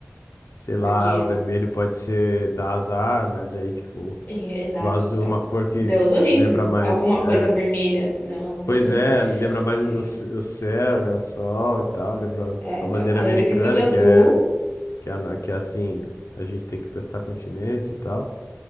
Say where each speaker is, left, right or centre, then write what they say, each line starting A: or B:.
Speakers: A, on the left; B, on the left.
A: Sei lá,
B: porque.
A: o vermelho pode ser dar azar, né? Daí, tipo,
B: é, exato.
A: o azul
B: Então,
A: é uma cor que
B: Deus o livre.
A: lembra mais.
B: Alguma
A: É,
B: coisa vermelha. Não, Deus
A: pois
B: o livre.
A: é, lembra mais
B: É,
A: o, c- o céu, né? O sol e tal. Lembra
B: é,
A: a
B: então.
A: bandeira
B: Aí
A: americana,
B: ele pintou de azul.
A: que é, que é, na- que é assim, a gente tem que prestar continência e tal.